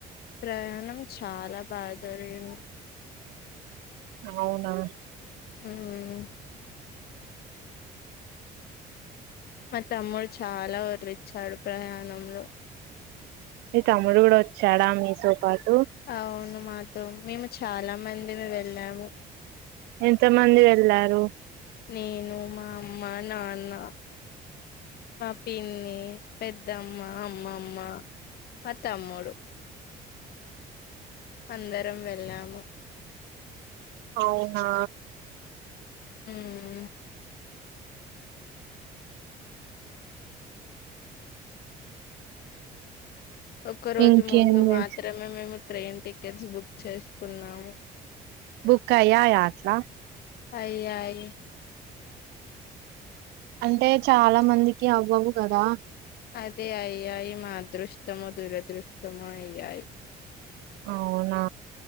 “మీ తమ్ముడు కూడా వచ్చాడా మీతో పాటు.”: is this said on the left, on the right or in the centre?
Right